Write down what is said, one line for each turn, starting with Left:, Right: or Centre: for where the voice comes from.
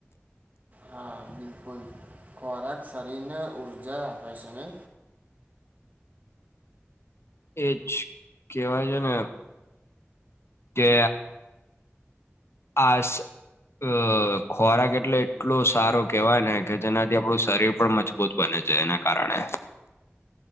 Right: હા... બિલકુલ, ખોરાક શરીરને ઊર્જા આપે છે નય
Left: એજ કેહેવાય છે ને કે આસ અ... ખોરાક એટલે એટલો સારો કેવાય ને કે જેનાથી આપડું શરીર પણ મજબૂત બને છે એના કારણે